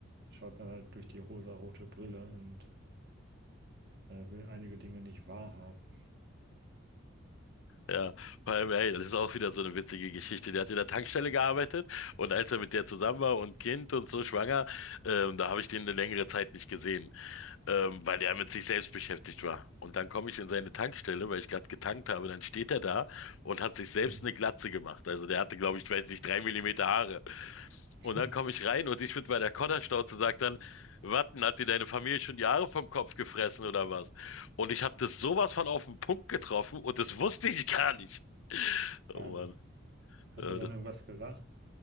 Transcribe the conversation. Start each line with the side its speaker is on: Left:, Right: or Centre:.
Right: schaut man halt durch die rosarote Brille und äh, will einige Dinge nicht wahrhaben.
Left: Ja, vor allem, ey, das ist auch wieder so eine witzige Geschichte. Der hat in der Tankstelle gearbeitet und als er mit der zusammen war und Kind und so schwanger, ähm, da habe ich den eine längere Zeit nicht gesehen ähm, weil er mit sich selbst beschäftigt war. Und dann komme ich in seine Tankstelle, weil ich gerade getankt habe, dann steht er da und hat sich selbst
Right: Mhm.
Left: eine Glatze gemacht. Also der hatte, glaube ich, ich weiß nicht, drei Millimeter Haare.
Right: <laughs>
Left: Und dann komme ich rein und ich mit meiner Kodderschnauze sagt dann, Watten, hat dir deine Familie schon die Haare vom Kopf gefressen oder was? Und ich habe das sowas von auf den Punkt getroffen und das wusste ich gar nicht.
Right: Wahnsinn.
Left: Oh Mann,
Right: Hat
Left: äh,
Right: er dann irgendwas gesagt?